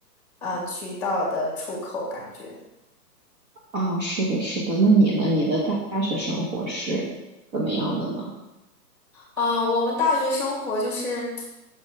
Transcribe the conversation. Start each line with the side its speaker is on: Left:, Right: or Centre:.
Centre: 呃，渠道的出口感觉。
Right: 啊，是的，是的，那你呢？你的大大学生活是怎么样的呢？
Centre: 嗯，我们大学生活就是，